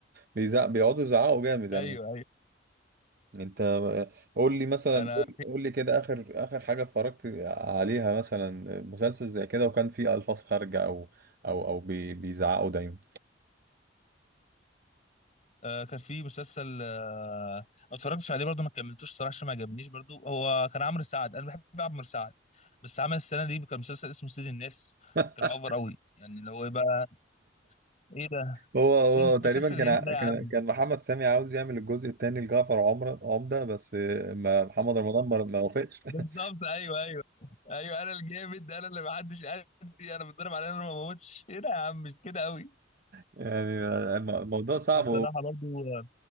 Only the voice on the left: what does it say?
ايوه
ايوه
انا
آه، كان في مسلسل آه، أنا ما اتفرجتش عليه برضو ما كملتوش صراحه عشان ما عجبنيش برضو هو كان عمرو سعد انا بحب عمرو سعد بس عمل السنه دي كان مسلسل اسمه سيد الناس
كان مأفر قوي يعني اللي هو إيه بقى ايه ده
ايه المسلسل
الهندي
ده يا
عم
بالظبط ايوه ايوه ايوه انا الجامد انا اللي ما حدش قدي انا بتضرب على انا ما بموتش ايه ده يا عم مش كده قوي
الصراحه برضو آه،